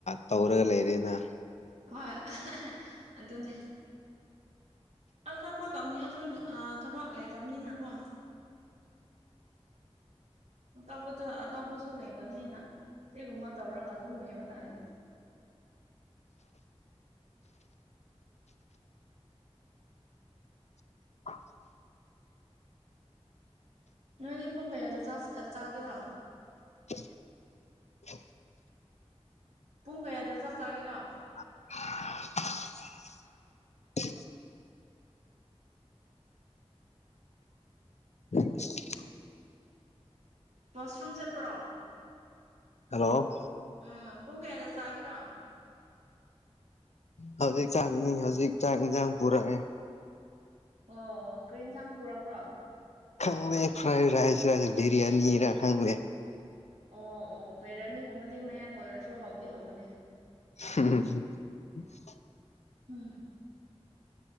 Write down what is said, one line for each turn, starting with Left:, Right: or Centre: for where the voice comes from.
Left: ꯇꯧꯔꯒ ꯂꯩꯔꯦꯅ
Right: ꯍꯣꯏ ꯑꯗꯨꯅꯦ ꯑꯇ‌ꯣꯞꯄ ꯇꯧꯅꯤꯉꯁꯨ ꯑꯥ ꯊꯕꯛ ꯂꯩꯇꯕꯅꯤꯅꯀꯣ ꯑꯇꯣꯞꯄ ꯇꯨ ꯑꯇꯣꯞꯄꯁꯨ ꯂꯩꯇꯕꯅꯤꯅ ꯁꯤꯒꯨꯝꯕ ꯇꯧꯔꯒ ꯑꯗꯨꯝ ꯂꯩꯕ ꯇꯥꯔꯦꯅꯥ
Left: <inaudible>
Right: ꯅꯣꯏꯗꯤ ꯄꯨꯡ ꯀꯌꯥꯗ ꯆꯥꯁ ꯑ ꯆꯥꯒ‌ꯦꯔꯣ
Left: <unintelligible>
Right: ꯄꯨꯡ ꯀꯌꯥꯗ ꯆꯥꯛ ꯆꯥꯒꯦꯔꯣ
Left: <unintelligible> <unintelligible> <unintelligible>
Right: ꯕꯁꯔꯨꯝ ꯆꯠꯄ꯭ꯔꯣ
Left: ꯍꯜꯂꯣ
Right: ꯎꯝ ꯄꯨꯡ ꯀꯌꯥꯗ ꯆꯥꯒꯦꯔꯣ꯫
Left: ꯍꯧꯖꯤꯛ ꯆꯥꯡꯒꯅꯤ ꯍꯧꯖꯤꯛ ꯆꯥꯡ ꯏꯟꯖꯥꯟ ꯄꯨꯔꯛꯑꯦ꯫
Right: ꯑꯣ ꯑꯣ ꯀꯔꯤ ꯌꯦꯟꯁꯥꯡ ꯄꯨꯛꯔꯕ꯭ꯔꯣ꯫
Left: ꯈꯪꯗꯦ ꯐ꯭ꯔꯥꯏ ꯔꯥꯏꯁ ꯔ ꯕꯤꯔꯌꯥꯅꯤꯔ ꯈꯪꯗꯦ꯫
Right: ꯑꯣ ꯑꯣ ꯕꯤꯔꯌꯥꯅꯤꯒꯨꯝꯕꯗꯤ ꯃꯌꯥꯡ ꯑꯣꯏꯔꯁꯨ ꯍꯥꯎꯗꯤ ꯍꯧꯕꯅꯦ꯫
Left: <unintelligible>
Right: ꯎꯝ꯫